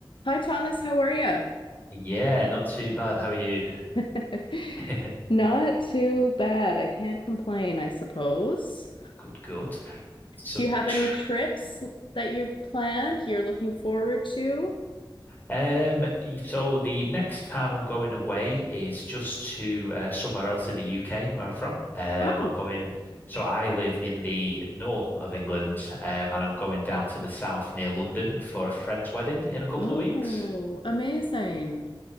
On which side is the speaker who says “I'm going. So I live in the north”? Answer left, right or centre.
Left